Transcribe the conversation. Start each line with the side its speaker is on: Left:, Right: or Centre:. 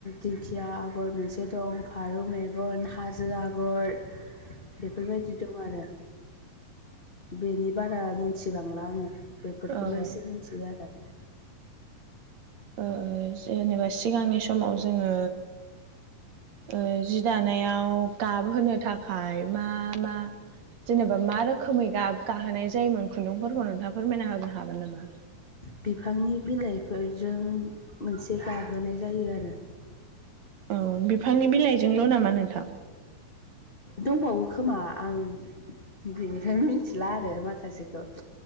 Left: दिंखिया आगर मोनसे दं फारौ मेगन हाजो आगर
Right: <inaudible>
Left: बेफोरबायदि दं आरो बेनि बारा मिथिबांला आंङो। बेफोरखौल'
Right: औ
Left: एसे मिथियो आरो।
Right: ओ जेनेबा सिगांनि समाव जोङो ओ जि दानायाव गाबहोनो थाखाय मा मा जेनेबा मा रोखोमै गा-गाहोनाय जायोमोन खुन्दुंफोरखौ नोंथाङा फोरमायना हाग हागोन नामा
Left: बिफांनि बिलाइफोरजों मोनसे गाहोनाय जायो आरो।
Right: औ बिफांनि बिलाइजोंल' नामा नोंथां।
Left: दंबावो खोमा आं बिनिफ्रायनो मिथिला आरो माखासे द'